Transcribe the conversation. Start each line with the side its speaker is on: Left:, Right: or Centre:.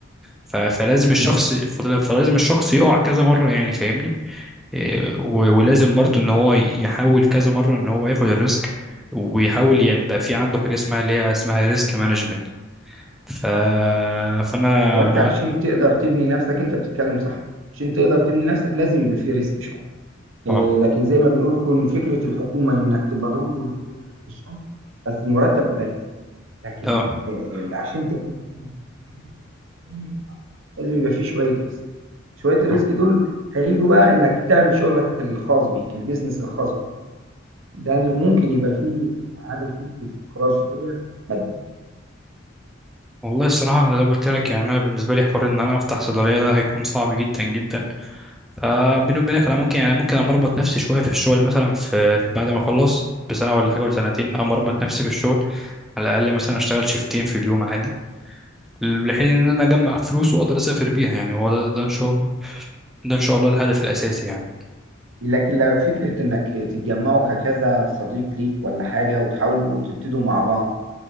Centre: ف... فلازم الشخص
Right: تمام
Centre: فل- فلازم الشخص يقع كذا مره يعني فاهمني إيه، و... ولازم برضه ان هو يحاول كذا مره ان هو ياخد الريسك ويحاول يبقى في عنده حاجه اسمها اللي هي اسمها ريسك مانجمنت ف... فانا
Right: هو انت
Centre: انا
Right: عشان تقدر تبني نفسك انت بتتكلم صح عشان تقدر تبني نفسك لازم يبقى فيه ريسك شوية آه،
Centre: اه
Right: لكن زي ما بنقول كون فكره الحكومه انك تبقى ضامن مرتبك اخر الشهر بس المرتب قليل لكن
Centre: اه
Right: آه، عشان تقدر تعمل راس مال وتقدر تكمل صح، لازم يبقى فيه شويه ريسك شويه الريسك
Centre: اه
Right: دول هيجوا بقى انك تعمل شغلك الخاص بيك البيزنس الخاص بيك ده اللي ممكن يبقى فيه هدف ليك واستقرار شويه مادي
Centre: والله الصراحة زي ما قلت لك يعني أنا بالنسبة لي حوار إن أنا أفتح صيدلية ده هيكون صعب جدا جدا فبيني وبينك أنا ممكن يعني ممكن أمرمط نفسي شوية في الشغل مثلا في بعد ما أخلص بسنة ولا حاجة ولا سنتين أمرمط نفسي في الشغل على الأقل مثلا أشتغل شيفتين في اليوم عادي لحين إن أنا أجمع فلوس وأقدر أسافر بيها يعني هو ده, ده إن شاء الله ده إن شاء الله الهدف الأساسي يعني
Right: لكن لو فكره انك تتجمعوا ككذا صديق ليك ولا حاجه وتحاولوا تبتدوا مع بعض